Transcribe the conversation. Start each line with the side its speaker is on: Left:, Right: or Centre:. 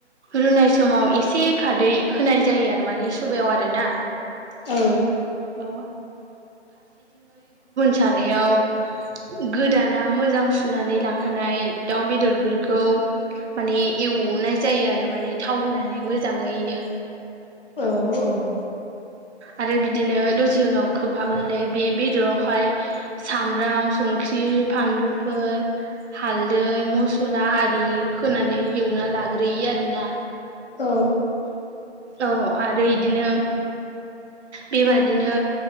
Right: रुनाय समाव एसे खारदै होनाय जायो आरो माने सबायाव आरोना।
Left: औ
Right: औ सानायाव गोदाना मोजां सुनानै लाखानाय दाउ बेदरफोरखौ माने एवनाय जायो आरो माने थाव होनानै मोजाङैनो।
Left: औ औ
Right: आरोदि बिदिनो दसे उनाव खोबहाबनानै बे बेदरावहाय सामब्राम संख्रि फान लुफोर हालदै मसला आरि होनानै एवना लाग्रोयो आरोना।
Left: औ
Right: औ आरो इदिनो बेबादिनो